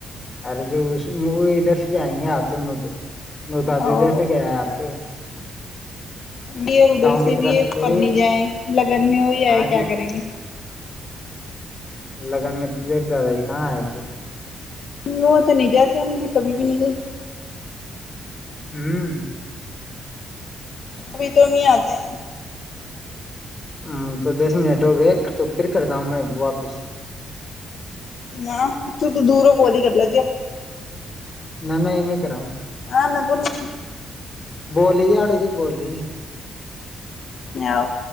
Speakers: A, on the left; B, on the left.
A: ارے جو اس وہ ادھر سے آئیں گے آپ تو تو وہ تو
B: اور
A: تو دھر سے گیا ہے آپ کے
B: یہ ادھر
A: گاؤں کی
B: سے بھی
A: طرف
B: یہ
A: تھوڑی
B: پر نہیں جائے لگن میں وہی آئے
A: آج
B: کیا کریں گے
A: لگن میں تو دھ دادا جی کہاں آئے پھر
B: وہ تو نہیں جاتے ان کے کبھی بھی نہیں ج
A: ہوں
B: بھی تو م آتے
A: ہ تو دس منٹ ہو گئے تو پھر کرتا ہوں میں واپس
B: نہ ت تو دور ہو کوال ہی کر ل گ
A: نانا یہم کر رہم
B: نہ کروں تو
A: بولی گیا ہڈ سےی بولی
B: آؤ۔